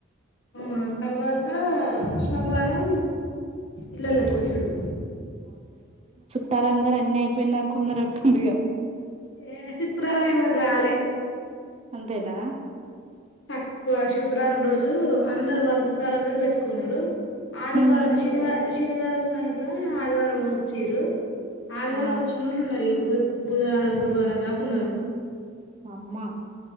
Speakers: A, on the left (about 65°); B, on the right (about 30°).
A: ఆ తర్వాత సోమవారం ఇల్లల్లో కూర్చుడు
B: తారు అందరు అన్ని అయిపోయినాకున్నారట్టుందిగా
A: ఏ శుక్రవారం ఇవ్వల్రా అలే
B: అంతేనా
A: తక్కువ శుక్రవారం రోజు అందరు వాళ్ళ చుట్టాలందరు పెట్టుకున్నారు ఆదివారం
B: హ్మ్.
A: శనివారం ష్ శనివారం సాయంత్రం ఈ ఆదివారం వచ్చీరు ఆదిగారంవ
B: ఆ
A: వచ్చినోళ్ళు ఉన్నారు బుధవారం గురువారం రాకున్నారు
B: అమా